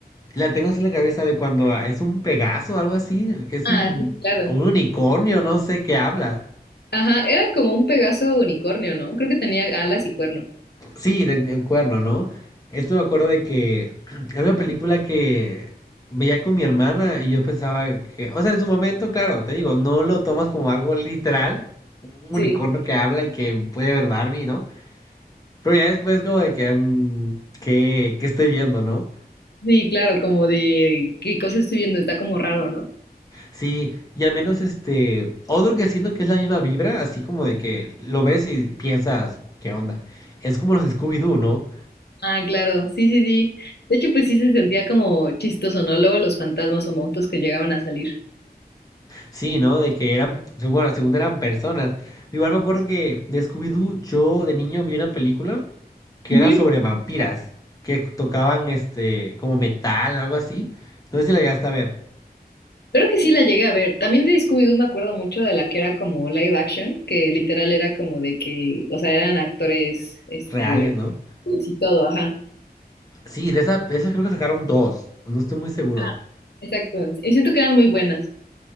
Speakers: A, on the left (about 20°); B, on the left (about 85°).
A: La tengo así en la cabeza de cuando ah, es un Pegaso o algo así, que es
B: Ah,
A: un,
B: sí, claro.
A: o un unicornio, no sé qué habla.
B: Ajá, era como un Pegaso unicornio, ¿no? Creo que tenía alas y cuerno.
A: Sí, del, del cuerno, ¿no? Esto me acuerdo de que <clears throat> era una película que veía con mi hermana y yo pensaba que, o sea, en su momento, claro, te digo, no lo tomas como algo literal, un
B: Sí.
A: unicornio que habla y que puede ver Barbie, ¿no? Pero ya después como de que, mm, qué que estoy viendo, ¿no?
B: Sí, claro, como de qué cosa estoy viendo, está como raro, ¿no?
A: Sí, y al menos este, otro que siento que es la misma vibra, así como de que lo ves y piensas, ¿qué onda? Es como los de Scooby-Doo, ¿no?
B: Ah, claro, sí, sí, sí. De hecho, pues sí se sentía como chistoso, ¿no? Luego los fantasmas o monstruos que llegaban a salir.
A: Sí, ¿no? De que eran, bueno, según eran personas. Igual me acuerdo que de Scooby-Doo, yo de niño vi una película que
B: Ujú.
A: era sobre vampiras, que tocaban este, como metal, algo así. No sé si la llegaste a ver.
B: Creo que sí la llegué a ver. También de Scooby-Doo me acuerdo mucho de la que era como live action, que literal era como de que, o sea, eran actores, este,
A: Reales, ¿no?
B: y todo, ajá.
A: Sí, de esa, de esas creo que sacaron dos. No estoy muy seguro.
B: Ajá. Exacto. Y siento que eran muy buenas.